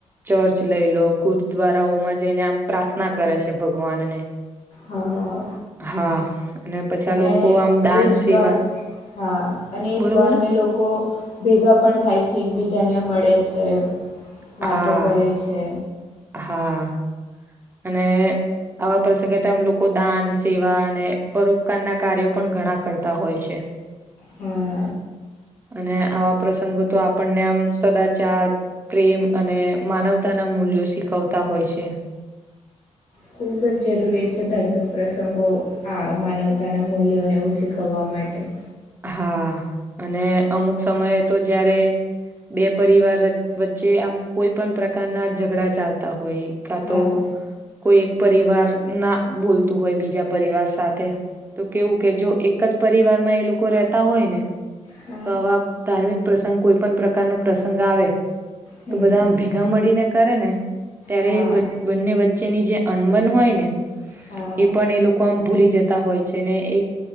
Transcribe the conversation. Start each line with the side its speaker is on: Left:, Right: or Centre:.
Right: ચર્ચ ખર્ચ લઈ લો ગુરદ્વારાઓમાં જઈને આમ પ્રાર્થના કરે છે ભગવાનને
Left: હા
Right: હા. પછા
Left: અને
Right: લોકો આમ દાન
Left: એ જ
Right: સેવા
Left: બા હા અને
Right: બોલો
Left: એ જ બહાને
Right: બોલો
Left: લોકો ભેગા પણ થાય છે એકબીજાને ને મળે છે વાતો
Right: હા,
Left: કરે છે.
Right: હા અને આવા પ્રસંગે તો આમ લોકો દાન સેવા અને પરોપકારના કાર્યો પણ ઘણા કરતા હોય છે.
Left: હા.
Right: <inaudible> અને આવા પ્રસંગો તો આપણને આમ સદાચાર પ્રેમ અને માનવતાના મૂલ્યો શીખવતા હોય છે.
Left: ખૂબ જ જરૂરી છે ધાર્મિક પ્રસંગો આ માનવતાના મૂલ્યોને એવું શીખવવા માટ <inaudible>
Right: હા અને અમુક સમયે તો જયારે બે પરિવાર વચવચ્ચે આમ કોઈ પણ પ્રકારના ઝઘડા ચાલતા હોય. કા
Left: હા
Right: તો કોઈ એક પરિવાર ના બોલતું હોય બીજા પરિવાર સાથે- તો કેવું કે જો એક જ પરિવારમાં એ લોકો રહેતા હોય ને
Left: હા
Right: તો આવા ધાર્મિક પ્રસંગ કોઈ પણ પ્રકાર ન પ્રસંગ આવે
Left: હમ
Right: તો બધા આમ ભેગા મળીને કરે ને ત્યારે
Left: હા
Right: બંને વચ્ચેની જે અણમન હોય ને
Left: હા
Right: એ પણ એ લોકો આમ ભૂલી જતા હોય છે ને એક